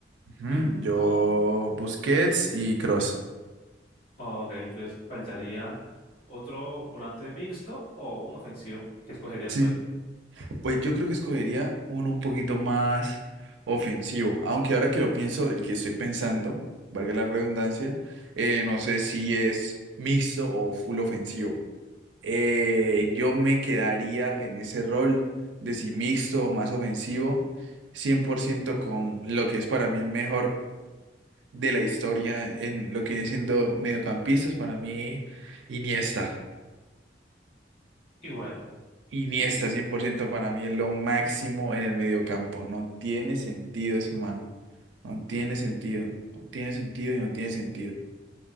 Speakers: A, on the right; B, on the left.
A: Ujú,
B: ¿Y tú
A: Yo
B: con...?
A: Busquets y Cross.
B: Ok, entonces faltaría otro volante mixto o un ofensivo que escogerías
A: Sí.
B: tú ahí.
A: Pues yo creo que escogería uno un poquito más ofensivo, aunque ahora que lo pienso, el que estoy pensando, valga la redundancia, eh, no sé si es mixto o full ofensivo. eh, yo me quedaría en ese rol de si mixto o más ofensivo, 100% con lo que es para mí el mejor de la historia en lo que viene siendo mediocampistas, para mí Iniesta.
B: Y bueno,
A: Iniesta
B: sí,
A: 100% para mí es lo máximo en el mediocampo. No tiene sentido ese man. No tiene sentido. No tiene sentido y no tiene sentido.